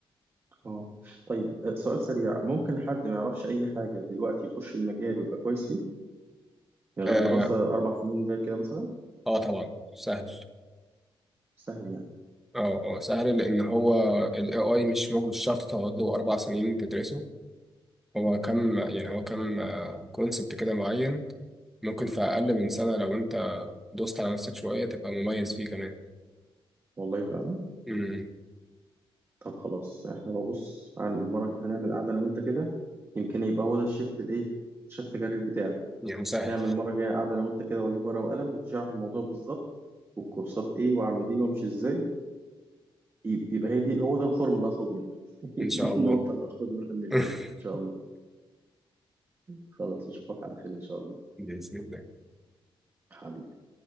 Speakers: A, on the right; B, in the centre.
A: اه طيب آه، سؤال سريع ممكن حد ما يعرفش أي حاجة دلوقتي يخش المجال ويبقى كويس يعني
B: آه,
A: غير دراسة أربع سنين زي كده مثلا
B: آه طبعا سهل
A: سهل يعني
B: آه, آه سهل لأن هو ال AI مش مش شرط تقعد له أربع سنين تدرسه هو
A: مم.
B: كم يعني هو كم كونسبت كده معين ممكن في أقل من سنة لو أنت دوست على نفسك شوية تبقى مميز فيه كمان
A: والله فعلا
B: امم
A: طب خلاص احنا ببص عن المرة الجاية هنعمل قعدة أنا وأنت كده يمكن يبقى هو ده الشيفت الإيه الشيفت كارير بتاعي
B: يعني مسهل
A: نعمل المرة الجاية قعدة أنا وأنت كده وأجيب ورقة وقلم وتشرح الموضوع بالظبط والكورسات إيه وأعمل إيه وأمشي إزاي يب- يبقى هي دي هو ده الخرم اللي هخرج منه <laughs> هي
B: إن
A: دي
B: شاء الله
A: النقطة اللي هخرج منها من الليل
B: <laughs>
A: إن شاء الله خلاص أشوفك على خير إن شاء الله
B: بإذن الله
A: حبيبي